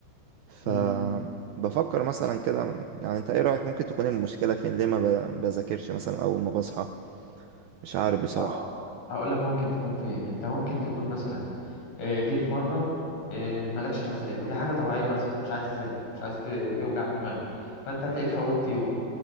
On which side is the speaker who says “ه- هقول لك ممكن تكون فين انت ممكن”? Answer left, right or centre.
Left